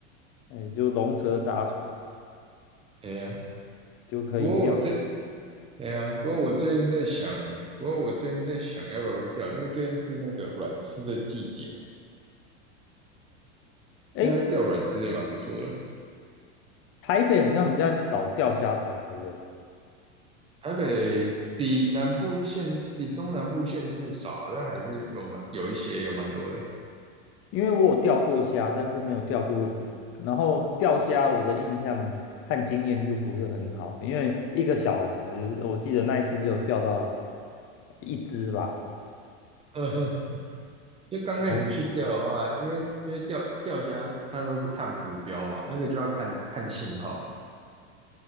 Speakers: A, on the left (about 35°); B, on the right (about 15°).
A: 哎，就龙蛇杂处
B: 哎呀。
A: 就可以钓。
B: 不过我最，哎呀，不过我最近在想，不过我最近在想要不要去钓，因为最近是那个软丝的季节，
A: 哎，
B: 现在钓软丝也蛮不错的。
A: 台北很像我们家少钓虾场，对不对？
B: 台北比南部县，比中南部县是少的，但还是有蛮有一些，有蛮多的。
A: 因为我有钓过虾，但是没有钓过鱼。然后钓虾，我的印象和经验就不是很好，因为一个小时，我记得那一次只有钓到一只吧。
B: 呵呵，就刚开始去钓的话，
A: 哦
B: 因为因为钓钓虾它都是看浮标嘛，那个就要看看信号，